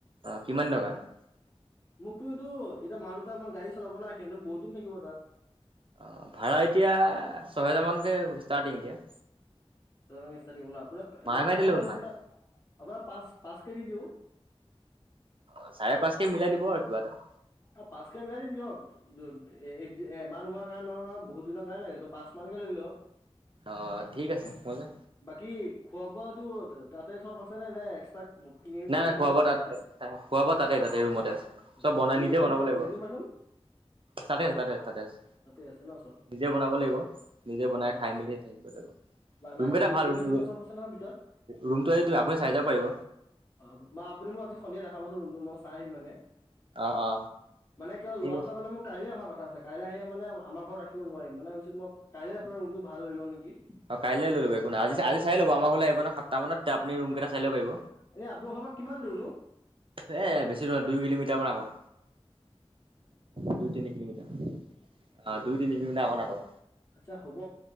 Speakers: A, on the right; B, on the left.
A: অ কিমান দিনৰ কাৰণে
B: মোকতো এইটো এতিয়া মানুহ দুটা আমাৰ গাড়ী চালাব না সিহঁতে বহুত দিন থাকিব তাত
A: অ ভাড়া এতিয়া ছহেজাৰমানকে ষ্টাৰ্টিং এতিয়া
B: ছয় হেজাৰ পৰা ষ্টাটিং হব ন আপোনাক
A: মাহে
B: এটা দুটামানুহ
A: মাহে দিলে হ'ল মাহে
B: পাঁচ পাঁচ কে দি দিওঁ
A: অ চাৰে পাঁচ কে মিলাই দিব আৰু কিবা এটা
B: অ পাঁচকে মিলাই দিম দিয়ক এইটো এ এমাহ দুমাহৰ কাৰণে নহয় ন বহুত দিনৰ কাৰণে লাগেতো পাঁচ মানকে লৈ লওক
A: অ ঠিক আছে গম পাইছে
B: বাকী খোৱা বোৱাটো তাতে চব আছে নে নে এক্সট্ৰা কিনি
A: নাই
B: কিনি
A: নাই
B: খাব
A: খোৱা
B: লাগিব
A: বোৱা তাত
B: সদায়
A: খোৱা বোৱা তাতে তাতে ৰুমতে আছে
B: আচ্ছা
A: চব
B: আচ্ছা
A: বনাই
B: লে
A: নিজে
B: লেটিন
A: বনাব লাগিব
B: লেটিন বাথৰুম
A: তাতে আছে তাতে আছে তাতে আছে
B: তাতে আছে ন চব
A: নিজে বনাব লাগিব নিজে বনাই
B: হয় হয়
A: খাই মেলি থাকিব পৰা যাব ৰুম
B: বাকী
A: কেইটা ভাল
B: লেট্ৰিন
A: ৰুম
B: বাথৰুম
A: ৰু
B: চব আছে নহয় ভিতৰত?
A: ৰুমটো এইটো আপুনি চাই যাব পাৰিব
B: অ বা আপুনি মোক আজি সন্ধিয়া দেখাবচোন ৰুমটো মই চাই আহিম মানে
A: অ অ
B: মানে কিবা লৰা
A: ঠিক
B: দুটাৰ
A: আছে
B: মানে মোক কাইলে অহা কথা আছে কাইলে আহে মানে আমাৰ ঘৰত ৰাখিব নোৱাৰিম মানে ভাবিছো মই কাইলে আপোনাৰ ৰুমটো ভাড়া লৈ লওঁ নেকি
A: অহ কাইলে লৈ ল'বি একো নাই আজি আজি চাই লবা' আমাৰ ঘৰলে আহিব নহয় সাতটা মানত তেতিয়া আপুনি ৰুম কেইটা চাই লব পাৰিব
B: এনেই আপোনাৰ ঘৰ পৰা কিমান দূৰ নো
A: এই বেছি নহয় দুই কিলোমিটাৰ মান আগত। দুই তিনি কিলোমিটাৰ, অ' দুই তিনি কিলোমিটাৰ আগত আগত।
B: আচ্ছা হ'ব